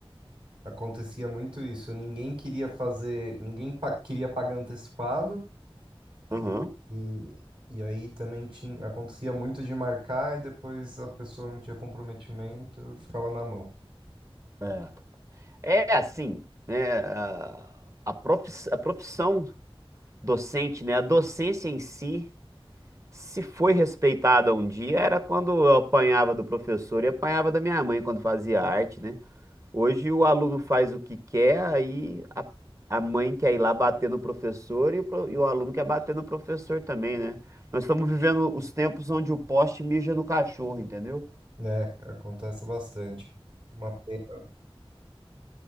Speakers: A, on the right; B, on the right.
A: acontecia muito isso. Ninguém queria fazer, ninguém pa- queria pagar antecipado,
B: Aham.
A: E, e, e aí também tinha, acontecia muito de marcar e depois a pessoa não tinha comprometimento, ficava na mão.
B: É. É assim, né? A, a profis- a profissão docente, né? A docência em si, se foi respeitada um dia, era quando eu apanhava do professor e apanhava da minha mãe quando fazia arte, né? Hoje o aluno faz o que quer, aí a, a mãe quer ir lá bater no professor e o, pro- e o aluno quer bater no professor também, né? Nós estamos vivendo os tempos onde o poste mija no cachorro, entendeu?
A: É, acontece bastante. Uma pena.